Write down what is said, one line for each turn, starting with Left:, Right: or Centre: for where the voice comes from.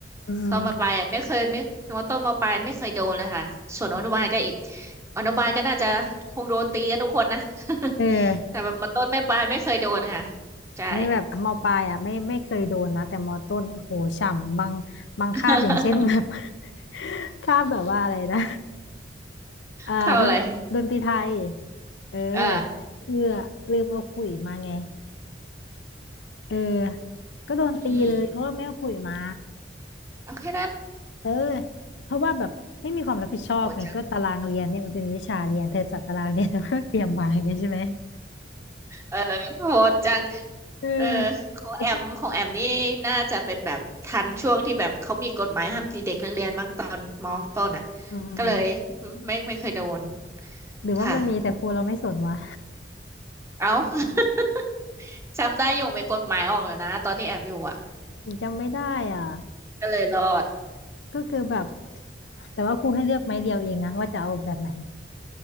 Left: อืม
Right: ตอนมปลายอะไม่เคยไม่มต้นมปลายไม่เคยโดนเลยค่ะส่วนอนุบาลก็อีกอนุบาลก็น่าจะคงโดนตีกันทุกคนนะ <laughs>
Left: เออ
Right: แต่แบบมต้นไม่ปลายไม่เคยโดนค่ะใช่
Left: นี่แบบมปลายอ่ะไม่ไม่เคยโดนนะแต่มต้นโอ้โหฉ่ำบางบางคาบอย่างเช่น
Right: <laughs>
Left: <laughs> แบบ <laughs> คาบแบบว่าอะไรนะ <laughs> อ่าดนดนตรีไทย
Right: เข้าเลย
Left: เออ
Right: เออ
Left: คือลืมเอาขลุยมาไงเออก็โดนตีเลยเพราะว่าไม่เอาขลุยมา
Right: อืมโอเคนั้น
Left: เออเพราะว่าแบบไม่มีความรับผิดชอบไงก็ตารางเรียนเนี่ยมันเป็นวิชาเรียนเธอจัดตารางเรียนเธอก็เตรียมมาอย่างเงี้ยใช่ไหม
Right: โหดจัง เออโหดจัง
Left: เออ
Right: เออของแอมของแอมนี่น่าจะเป็นแบบทันช่วงที่แบบเขามีกฎหมายห้ามตีเด็กนักเรียนมั้งตอนมอต้นอ่ะ
Left: แล้วก็อืม
Right: ก็เลยไม่ไม่เคยโดน
Left: หรือว่ามันมีแต่ครูเราไม่สนวะ
Right: ค่ะเอ้า <laughs> จำได้อยู่มีกฎหมายออกเลยนะตอนที่แอมอยู่อ่ะ
Left: ผมจำไม่ได้อ่ะ
Right: ก็เลยรอด
Left: ก็คือแบบแต่ว่าครูให้เลือกไม้เดียวเองนะว่าจะเอาแบบไหน